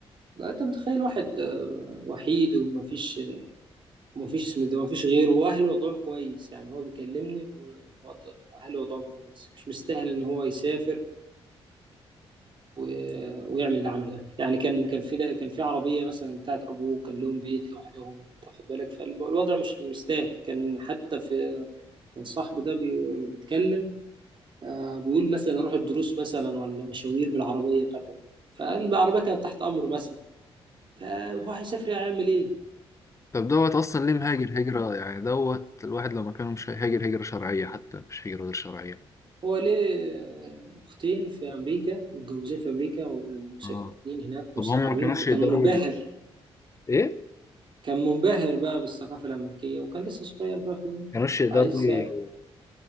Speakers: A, on the right; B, on the left.
A: انت متخيل واحد آه، وحيد ومفيش ومفيش اسمه ده مفيش غيره واهله وضعهم كويس يعني هو بيكلمني ووضع- اهله وضعهم كويس مش مستاهل ان هو يسافر و- ويعمل العمل ده يعني كان كان في كان في عربيه مثلا بتاعت ابوه كان لهم بيت لوحدهم تاخد بالك فالوضع مش مش سهل كان حتى في كان صاحبي ده بي- بيتكلم آه، بيقول مثلا اروح الدروس مثلا ولا مشاوير بالعربيه بتاعت ابوه فقال العربيه كانت تحت امره مثلا فهو هيسافر هيعمل ايه؟
B: طب دوت اصلا ليه مهاجر هجرة يعني دوت الواحد لو ما كانوا مش هيهاجر هجرة شرعية حتى مش هجرة غير شرعية
A: هو ليه اختين في امريكا متجوزين في امريكا وساكنين
B: اه
A: هناك
B: طب
A: ومستقرين
B: هم ما كانوش
A: فكان
B: يقدروا
A: منبهر
B: ي... ايه ما
A: كان منبهر بقى بالثقافة الأمريكية وكان لسه صغير بقى في إيه؟
B: كانوش يقدروا
A: عايز يسافر
B: ي...